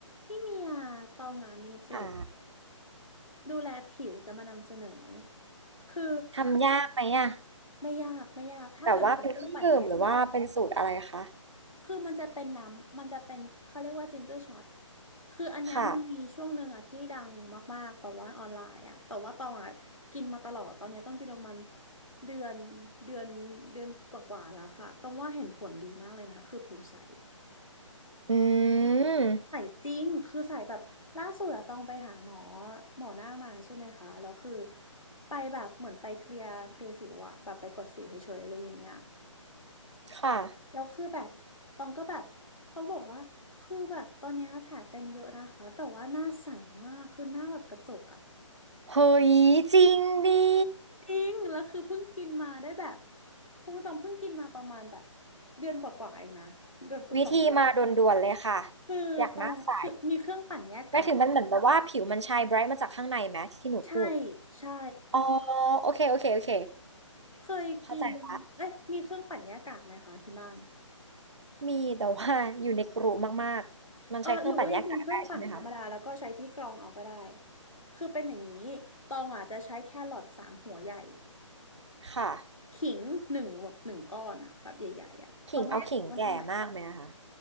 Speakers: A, on the left (about 85°); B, on the right (about 60°).
A: พี่เมียตองอ่ะมีสูตร
B: หา
A: ดูแลผิวจะมานำเสนอ คือ
B: ทำยากไหมอะ
A: ไม่ยากไม่ยาก ถ้าเกิดมีเครื่องปั่นแยกอะ
B: แบบว่าเป็นเครื่องดื่มหรือว่าเป็นสูตรอะไรคะ
A: คือมันจะเป็นน้ำ มันจะเป็นเขาเรียกว่าจินเจอร์ช็อตคืออันเนี้ยมันมีช่วงหนึ่งอ่ะที่ดังมากๆแบบว่าออนไลน์อ่ะแต่ว่าตองอ่ะกินมาตลอด
B: ค่ะ
A: ตอนเนี้ยต้องกินประมาณเดือนเดือนเดือนกว่าๆแล้วค่ะตองว่าเห็นผลดีมากเลยนะ คือผิวใส
B: อืม
A: สายจริงคือสายแบบล่าสุดอะต้องไปหาหมอหมอหน้ามาใช่ไหมคะแล้วคือไปแบบเหมือนไปเคลียร์เคลียร์สิวอะแบบไปกดสิวเฉยๆอะไรอย่างเงี้ย
B: ค่ะ
A: แล้วคือแบบตองก็แบบเขาบอกว่าคือแบบตอนเนี้ยแผลเป็นเยอะนะคะแต่ว่าหน้าใสมากคือหน้าแบบกระจกอะ
B: เฮ้ยจริงดิ
A: จริงแล้วคือเพิ่งกินมาได้แบบพวกตองเพิ่งกินมาประมาณแบบเดือนกว่าๆเองนะเกือบเกือบสองเดือนอะ
B: วิธีมาด่วนๆเลยค่ะ
A: คือตองคือมีเครื่องปั่นแยกกาก
B: อยากหน้าใสไม่ถึงมันเหมือนแบบว่าผิวมันชายไบรท์มาจากข้างในไหมที่หนูพูด
A: ใช่ใช่
B: อ๋อโอเคโอเคโอเค
A: เคยกินเอ๊ะมีเครื่องปั่นหญ้ากากไหมคะที่บ้าน
B: เข้าใจละมีแต่ว่าอยู่ในกรุมากๆมันใช้เครื่องปั่นแยกกากได้ใช่ไหมคะ
A: เออหรือว่าจริงๆเครื่องปั่นธรรมดาแล้วก็ใช้ที่กรองเอาก็ได้คือเป็นอย่างนี้ตองอาจจะใช้แครอทสามหัวใหญ่
B: ค่ะ
A: ขิงหนึ่งแบบหนึ่งก้อนอะแบบใหญ่ๆอะตองไม่ได้ตวงกันเท่าไหร่
B: ขิงเอาขิงแก่มากไหมนะคะ